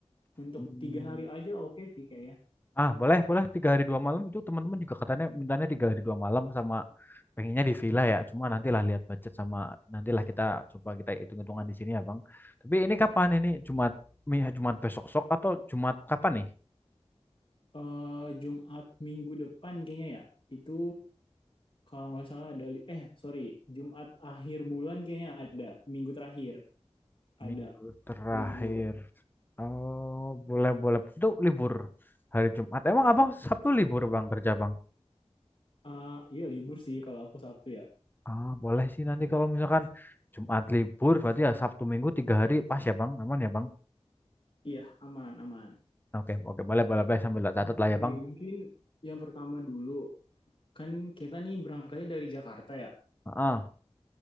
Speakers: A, on the left (about 50°); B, on the left (about 20°).
A: Untuk
B: Hmm,
A: tiga hari aja oke sih kayaknya.
B: Ah, boleh, boleh. Tiga hari dua malam itu teman-teman juga katanya mintanya tiga hari dua malam sama pengennya di villa ya. Cuma nantilah lihat budget sama nantilah kita coba kita hitung-hitungan di sini ya Bang. Tapi ini kapan ini? Jumat, mi- Jumat besok sok atau Jumat kapan nih?
A: Eh Jumat minggu depan kayaknya ya. Itu kalau nggak salah ada li- eh sorry Jumat akhir bulan kayaknya ada. Minggu terakhir ada
B: Minggu terakhir.
A: libur.
B: Oh, boleh, boleh. Itu libur hari Jumat. Emang Abang Sabtu libur Bang kerja Bang?
A: Eh iya libur sih kalau aku Sabtu ya.
B: Ah, boleh sih nanti kalau misalkan Jumat libur berarti ya Sabtu Minggu tiga hari pas ya Bang, aman ya Bang.
A: Iya aman aman.
B: Oke oke boleh boleh boleh sambil tak catat
A: Oke
B: lah ya Bang.
A: mungkin yang pertama dulu kan kita nih berangkatnya dari Jakarta ya.
B: Ah,